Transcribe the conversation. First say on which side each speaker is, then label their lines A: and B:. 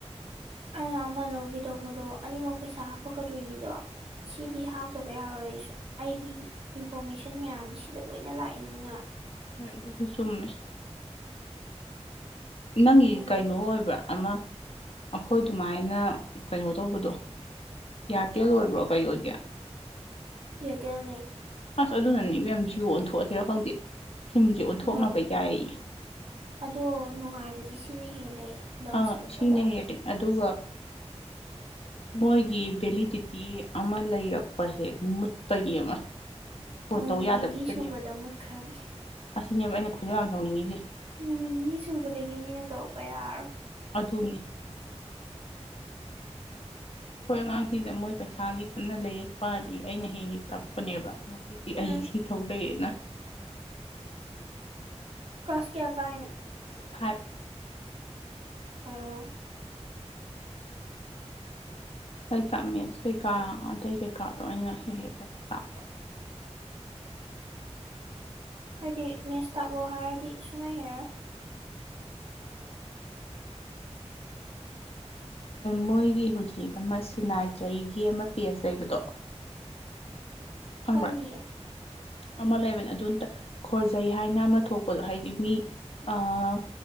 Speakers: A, on the right; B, on the left.
A: ꯑꯩꯅ ꯑꯃ ꯂꯧꯒꯦ ꯇꯧꯕꯗꯣ ꯑꯅꯤꯃꯛ ꯄꯩꯁꯥ ꯍꯥꯞꯄꯛꯀꯗꯣꯏꯅꯤꯗꯣ ꯁꯤꯗꯤ ꯍꯥꯞꯇꯕ ꯌꯥꯔꯣꯏꯌꯦ ꯑꯩꯒꯤ ꯏꯟꯐꯣꯔꯃꯦꯁꯟ ꯃꯌꯥꯝꯗꯤ ꯁꯤꯗ ꯂꯣꯏꯅ ꯂꯥꯛꯏꯅꯤꯅ
B: ꯍꯣꯏ ꯑꯗꯨꯁꯨ ꯆꯨꯝꯃꯦ ꯅꯪꯒꯤ
A: ꯑꯗꯨ
B: ꯀꯩꯅꯣ ꯑꯣꯏꯕ꯭ꯔ ꯑꯃ ꯑꯩꯈꯣꯏ ꯑꯗꯨꯃꯥꯏꯅ ꯀꯩꯅꯣ ꯇꯧꯕꯗꯣ ꯏꯌꯥꯔꯇꯦꯜ ꯑꯣꯏꯕ꯭ꯔꯣ ꯀꯩ ꯑꯣꯏꯒꯦ
A: ꯏꯌꯥꯔꯇꯦꯜ ꯅꯦ
B: ꯑꯁ ꯑꯗꯨꯅꯅꯦ ꯏꯕꯦꯝ‌ ꯖꯤꯑꯣ ꯑꯣꯟꯊꯣꯛꯑꯁꯤꯔ ꯈꯪꯗꯦ ꯁꯤꯝꯁꯦ ꯑꯣꯟꯊꯣꯛꯅꯕ
A: ꯅꯣꯡ
B: ꯌꯥꯏ
A: ꯑꯗꯣ ꯅꯨꯡꯉꯥꯏꯕꯗꯤ ꯁꯤꯅ ꯍꯦꯜꯂꯦ ꯂꯝ
B: ꯑ
A: ꯆꯠꯂꯛꯄꯗ
B: ꯁꯤꯅꯥ ꯍꯦꯟꯂꯤ ꯑꯗꯨꯒ ꯃꯣꯏ ꯒꯤ ꯕꯦꯂꯤꯗꯤꯇꯤ ꯑꯃ ꯂꯩꯔꯛꯄꯁꯦ ꯃꯨꯠꯄꯒꯤ ꯑꯃ ꯐꯣꯟ
A: ꯅꯨꯃꯤꯠ
B: ꯇꯧ ꯌꯥꯗꯕꯁꯤꯗꯅꯦꯕ
A: ꯅꯤꯅꯤ ꯁꯨꯕꯗ ꯃꯨꯠꯈ꯭ꯔꯅꯤ
B: ꯑꯁꯤꯅꯦꯕ ꯑꯩꯅ ꯈꯣꯏꯗꯧ ꯌꯥꯝ ꯁꯥꯎꯅꯤꯡꯉꯤꯁꯦ
A: ꯅꯨꯃꯤꯠ ꯅꯤꯅꯤ ꯁꯨꯕꯗꯒꯤ ꯃꯤꯅ ꯇꯧꯔꯛꯄ ꯌꯥꯔꯔꯣꯏ
B: ꯨꯑꯗꯨꯅꯤ ꯍꯣꯏ ꯑꯉꯥꯡꯁꯤꯗ ꯃꯣꯏ ꯄꯩꯈꯥꯒꯤ ꯀꯟꯅ ꯂꯩꯔꯤꯛ ꯄꯥꯔꯤ ꯑꯩꯅ ꯍꯦꯛ ꯍꯦꯛ ꯇꯥꯛꯄꯅꯦꯕ ꯉꯁꯤꯗꯤ ꯑꯩ
A: ꯎꯝ
B: ꯁꯤ ꯇꯧ ꯂꯩꯔꯦꯅ
A: <inaudible> ꯀꯂ꯭ꯥꯁ ꯀꯌꯥ ꯀꯥꯏꯅꯣ
B: ꯐꯥꯏꯞ
A: ꯑꯣ
B: ꯀꯩꯀꯥ ꯃꯦꯠꯁ ꯀꯩꯀꯥ ꯑꯇꯩ ꯀꯩꯀꯥꯗꯣ ꯑꯩꯅ ꯍꯦꯛ ꯍꯦꯛ ꯈꯔ ꯈꯔ ꯇꯥꯛꯄ
A: ꯑꯩꯗꯤ ꯃꯦꯠꯁ ꯇꯥꯛꯎ ꯍꯥꯏꯔꯗꯤ ꯁꯨꯡꯍꯩ ꯍꯥꯏꯔꯔꯣꯏ
B: ꯃꯣꯏꯒꯤ ꯍꯧꯖꯤꯛ ꯑꯃ ꯁꯤꯅꯥꯏ ꯆꯍꯤꯒꯤ ꯑꯃ ꯄꯦꯁ ꯂꯩꯕꯗꯣ ꯈꯪꯕ꯭ꯔꯥ
A: ꯈꯪꯖꯤꯌꯦ
B: ꯑꯃ ꯂꯩꯕꯅꯦ ꯑꯗꯨ ꯅꯇ ꯈꯣꯔꯖꯩ ꯍꯥꯏꯅ ꯑꯃ ꯊꯣꯛꯄꯗꯣ ꯍꯥꯏꯗꯤ ꯃꯤ ꯑꯥ